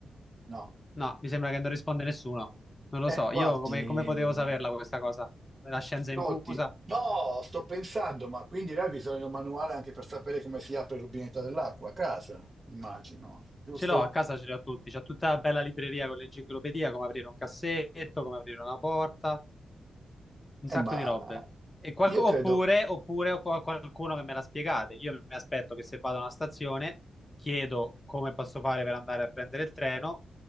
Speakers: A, on the right (about 25°); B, on the left (about 20°).
A: no.
B: No, mi sembra che non risponde nessuno. Non lo
A: Eh,
B: so,
A: guardi,
B: io come, come potevo
A: mh,
B: saperla questa cosa? La scienza
A: ascolti,
B: infusa?
A: no, sto pensando, ma quindi lei ha bisogno di un manuale anche per sapere come si apre il rubinetto dell'acqua a casa, immagino, giusto?
B: Ce l'ho, a casa ce li ho tutti, c'ho tutta la bella libreria con l'enciclopedia, come aprire un cassetto, come aprire una porta. un
A: Eh,
B: sacco
A: ma
B: di robe. E qualco-
A: io credo.
B: oppure, oppure ho qual- qualcuno che me la spiegate. Io mi aspetto che se vado a una stazione, chiedo come posso fare per andare a prendere il treno.